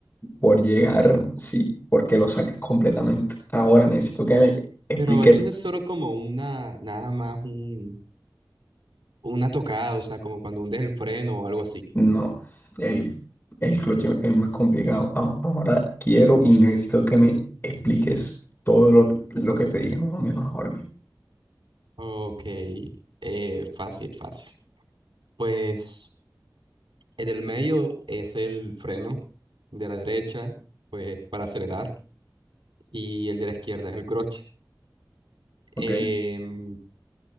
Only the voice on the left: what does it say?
por llegar, sí, porque lo saques completamente. Ahora necesito que me expliques.
No, el, el clutch es más complicado. A- Ahora quiero y necesito que me expliques todo lo, lo que te dije más o menos ahora mismo.
¿Ok?